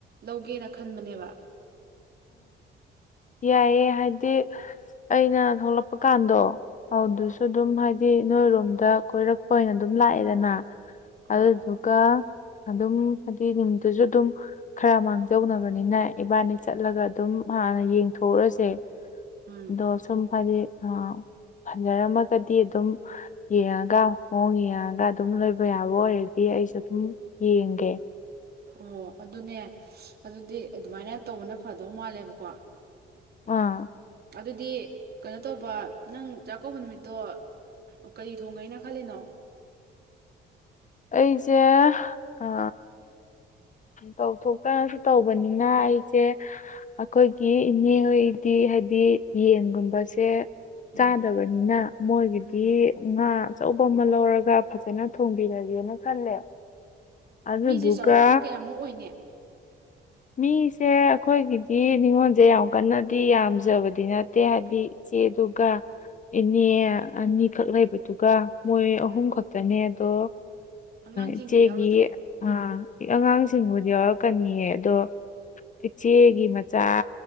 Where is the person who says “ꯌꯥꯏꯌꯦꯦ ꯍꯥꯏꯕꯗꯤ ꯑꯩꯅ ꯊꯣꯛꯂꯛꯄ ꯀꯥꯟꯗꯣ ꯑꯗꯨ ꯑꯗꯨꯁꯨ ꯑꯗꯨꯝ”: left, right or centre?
Left